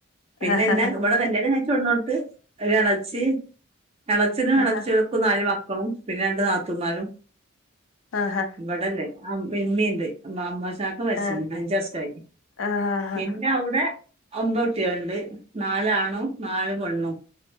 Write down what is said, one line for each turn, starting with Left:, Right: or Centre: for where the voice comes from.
Right: പിന്നെ
Left: ആഹ്
Right: എന്നെ
Left: ആഹ്
Right: ഇവിടെ കല്യാണം കഴിച്ചോടന്നോടുത്ത് കല്യാണാച്ച് ഇളേച്ചനും
Left: ആഹ്
Right: ഇളേച്ചികൾക്കും നാല് മക്കളും പിന്നെ രണ്ട് നാത്തൂന്മാരും
Left: ആഹ്
Right: ഇവിടല്ലേ ഇമ്മിയുണ്ട് മാമ്മശ്
Left: ആഹ്
Right: ഇത്താക്ക് <unintelligible>
Left: ആഹ്
Right: പിന്നെ
Left: ആഹ്
Right: അവിടെ അമ്പത്തിയൊണ്ട് നാലാണുംനാല് പെണ്ണും